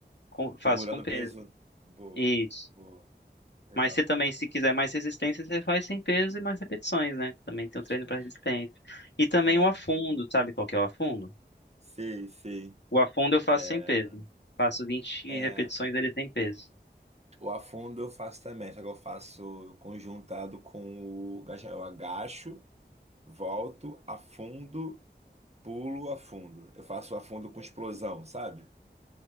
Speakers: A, on the left (about 75°); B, on the right (about 35°).
A: com- faço
B: segurando
A: com peso.
B: o peso. Boa,
A: Isso.
B: boa. Legal.
A: Mas você também, se quiser mais resistência, você faz sem peso e mais repetições, né? Também
B: Repetições.
A: tem o treino para resistência. E também
B: É,
A: o afundo, sabe qual que é o afundo?
B: sei, sei.
A: O afundo eu faço
B: É,
A: sem peso. Faço 20
B: é.
A: repetições dele sem peso.
B: O afundo eu faço também, só que eu faço conjuntado com o agachamento. Eu agacho, volto, afundo, pulo, afundo. Eu faço afundo com explosão, sabe?